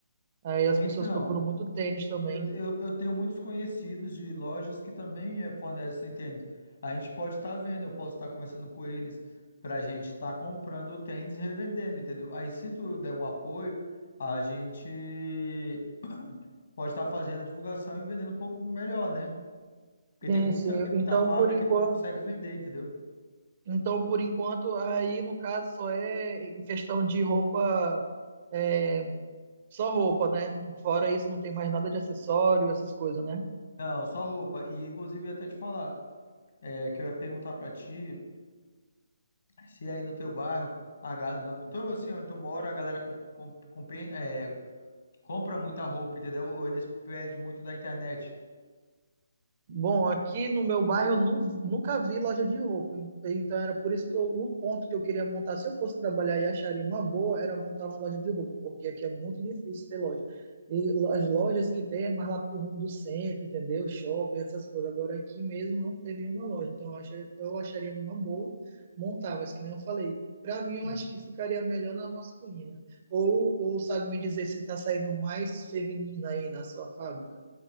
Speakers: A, on the right (about 40°); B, on the left (about 60°).
A: aí as
B: Então,
A: pessoas procuram muito tênis também.
B: eu, eu, eu tenho muitos conhecidos de lojas que também é, fornecem tênis. A gente pode estar vendo, eu posso estar conversando com eles para a gente estar comprando o tênis e revendendo, entendeu? Aí, se tu der o apoio, a gente pode estar fazendo a divulgação e vendendo um pouco melhor, né? Porque
A: Sim,
B: tem muita,
A: sim.
B: tem
A: Então,
B: muita fábrica
A: por enquanto.
B: que não consegue vender, entendeu?
A: Então, por enquanto, aí no caso só é em questão de roupa, é, só roupa, né? Fora isso, não tem mais nada de acessório, essas coisas, né?
B: Não, só roupa. E, inclusive, eu ia até te falar, é, que eu ia perguntar para ti. Se aí no teu bairro, a, ga- no no teu, assim, onde tu mora, a galera com- com- compen- é, compra muita roupa, entendeu? Ou eles pedem muito da internet.
A: Bom, aqui no meu bairro eu nu- nunca vi loja de roupa, en- então era por isso que eu- o ponto que eu queria montar, se eu fosse trabalhar e acharia uma boa, era montar uma loja de roupa, porque aqui é muito difícil ter loja. E lo- as lojas que tem é mais lá pro rumo do centro, entendeu? Shopping, essas coisas. Agora aqui mesmo não tem nenhuma loja, então eu, acho- eu acharia uma boa montar, mas que nem eu falei, para mim eu
B: Uhum.
A: acho que ficaria melhor na masculina. Ou, ou sabe me dizer se está saindo mais feminina aí na sua fábrica